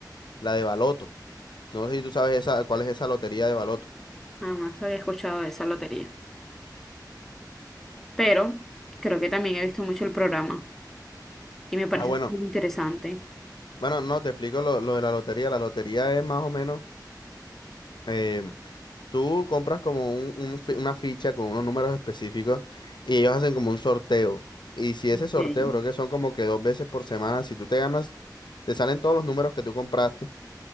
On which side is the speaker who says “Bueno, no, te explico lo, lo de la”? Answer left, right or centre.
Left